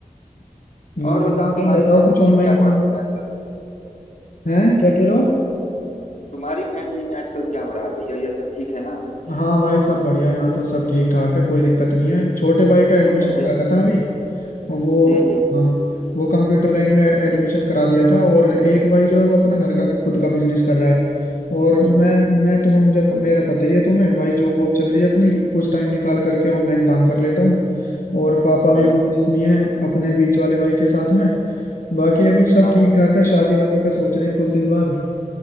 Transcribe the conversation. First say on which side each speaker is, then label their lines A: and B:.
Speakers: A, on the left; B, on the left.
A: हम्म,
B: और बताओ
A: टाइम
B: तुम्हारी
A: बताओ
B: फैमिली
A: कुछ ऑनलाइन
B: में क्या हो
A: काम
B: रहा है आजकल
A: है क्या कह रहे हो
B: तुम्हारी फैमिली में आजकल क्या हो रहा है भैया यह सब ठीक है ना
A: हाँ भाई सब बढ़िया यहाँ तो सब ठीक ठाक है कोई दिक्कत नहीं है छोटे भाई का एडमिशन
B: सुने भाई
A: कराया था अभी वो
B: जी जी
A: हाँ वो कंप्यूटर लाइन में एडमिशन करा दिया था और एक भाई जो है वो अपना घर का खुद का बिजनेस कर रहा है और
B: हम्म
A: मैं
B: हम्म
A: मैं तुम्हें मुझे मेरा पता ही है तुम्हें भाई जॉब वॉब चल रही है अपनी कुछ टाइम निकाल करके ऑनलाइन
B: हम्म
A: काम कर लेता हूँ और पापा भी
B: हम्म
A: बिजनेस
B: हम्म,
A: में हैं अपने बीच वाले भाई के साथ में बाकी अभी सब
B: हाँ
A: ठीक
B: हाँ
A: ठाक है शादी वादी का सोच रहे हैं कुछ दिन बाद